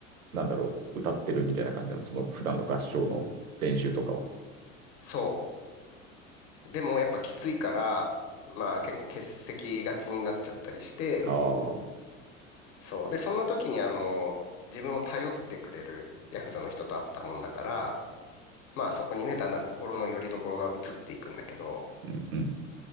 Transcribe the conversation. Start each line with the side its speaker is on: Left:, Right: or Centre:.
Right: なんだろう、歌ってるみたいな感じなの。その普段の合唱の練習とかは。
Left: そう。でも、やっぱきついから、まあ、結構欠席がちになっちゃったりして、
Right: ああ、
Left: そう。で、そんな時に、あのー自分を頼ってくれるヤクザの人と会ったもんだから、まあ、そこにね、だんだん心の拠り所が移っていくんだけど、
Right: うんうん。